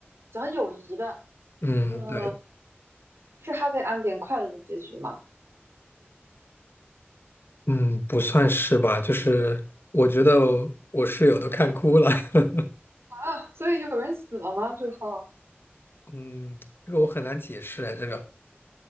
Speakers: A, on the right; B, on the left.
A: 讲友谊的。
B: 嗯，
A: 呃，
B: 对，
A: 是 happy ending 快乐的结局吗？
B: 嗯，不算是吧，就是我觉得我室友都看哭了。<laughs>
A: 啊，所以有人死了吗？最后
B: 嗯，这个我很难解释哎，这个，